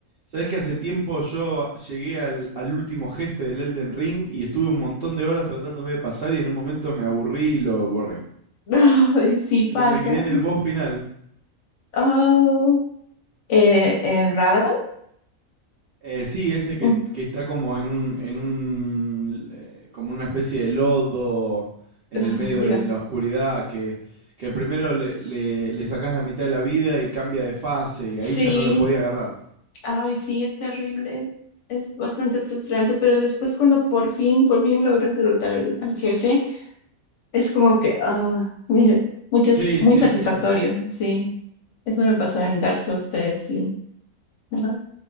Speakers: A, on the right; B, on the left.
A: sabés que hace tiempo yo llegué al, al último jefe del Elden Ring y estuve un montón de horas tratándome de pasar y en un momento me aburrí y lo borré.
B: Ay, sí pasa.
A: Pero me quedé en el boss final.
B: Oh, eh, ¿en Radagon?
A: Eh, sí, ese que,
B: Mm.
A: que está como en un, en un, eh, como una especie de lodo en
B: Ah,
A: el medio
B: ya.
A: de la oscuridad, que, que primero le, le, le sacás la mitad de la vida y cambia de fase, y
B: Sí,
A: ahí ya no lo podía agarrar.
B: ay, sí, es terrible, es bastante frustrante, pero después cuando por fin, por fin logras derrotar al al jefe. Es como que, ah, <laughs> mire, muchas,
A: Sí,
B: muy
A: sí,
B: satisfactorio,
A: sí.
B: sí. Eso me pasó en Dark Souls tres sí. Ajá.